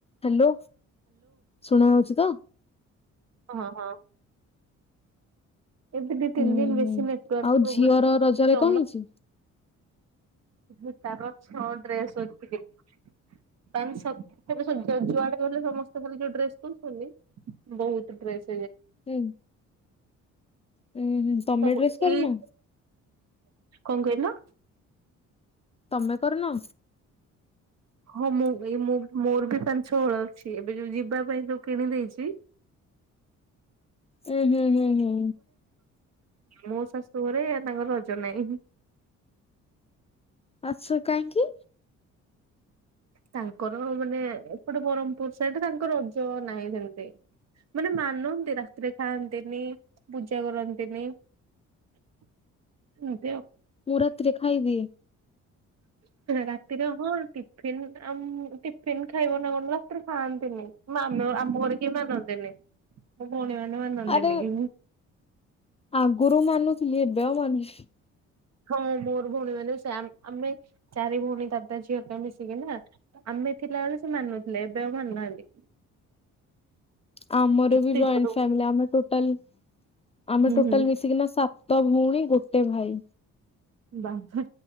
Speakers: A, on the left; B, on the right.
A: Hello ଶୁଣା ହଉଛି ତ?
B: ହଁ ହଁ। ଏବେ ଦି ତିନି
A: ହୁଁ
B: ଦିନ ବେଶୀ
A: ହୁଁ
B: ନେଟୱାର୍କ
A: ଆଉ ଝିଅର ରଜରେ
B: ଜମା
A: କଣ ହେଇଛି?
B: <unintelligible> ତାଲେଜୁଆଡେ ଗଲେ ସମସ୍ତେ ଖାଲି ଯୋଉ ଡ୍ରେସ କହୁଛନ୍ତି ବହୁତ ଡ୍ରେସ୍
A: ହଁ ହଁ ତମେ
B: ସବୁ
A: ଡ୍ରେସ କରିନ?
B: ଏଇ କଣ କହିଲ?
A: ତମେ କରିନ?
B: ହଁ ମୁଁ ଏଇ ମୁଁ ମୋର ବି ପାଞ୍ଚ ଛ ବଳ ଅଛି ଏବେ ଯୋଉ ଯିବା ପାଇଁ ଯୋଉ କିଣି ଦେଇେଇଛି
A: ହୁଁ ହୁଁ ହୁଁ ହୁଁ।
B: ମୋ ଶାଶୁ ଘରେ ତାଙ୍କର ରଜ ନାହିଁ।
A: ଆଚ୍ଛା କାହିଁକି?
B: ତାଙ୍କର ମାନେ ଏପଟେ ବ୍ରହ୍ମପୁର ସେଇଟା ତାଙ୍କର ରଜ ନାହିଁ ସେମିତି ମାନେ ମାନନ୍ତି ରାତିରେ ଖାଆନ୍ତିନି ପୂଜା କରନ୍ତିନି <inaudible>
A: ମୁଁ ରାତିରେ ଖାଇ ଦିଏ।
B: ରାତିରେ ହଁ ଟିଫିନ ଆମ ମୁଁ ଟିଫିନ୍ ଖାଇବ ନା କଣ ରାତିରେ ଖାଆନ୍ତିନି ଆମ ଘରେ କେ ମାନନ୍ତିନି ମୋ ଭଉଣୀ ମାନେ। ମାନନ୍ତିନି
A: ଆରେ
B: କି
A: ଆଗରୁୁ ମାନୁଥିଲେ। ଏବେ ଆଉ ମନୁ ହେଁ
B: ହଁ ମୋର ଭଉଣୀ ମାନେ ସେ ଆମେ ଚାରି ଭଉଣୀ ଦାଦା ଝିଅ ଟା ମିଶିକି ନା ଆମେ ଥିଲାବେଳେ ସେ ମାନୁଥିଲେ ଏବେ ଆଉ ମାନୁନାହାନ୍ତି।
A: ଆମର
B: କେତେ
A: ବି ଜଏଣ୍ଟ
B: ଜୋର
A: ଫ୍ୟାମିଲି ଆମେ ଟୋଟାଲି ଆମେ
B: ହୁଁ
A: ଟୋଟାଲ
B: ହୁଁ
A: ମିଶିକିନା ସାତ ତ ଭଉଣୀ ଗୋଟେ ଭାଇ।
B: ବାବା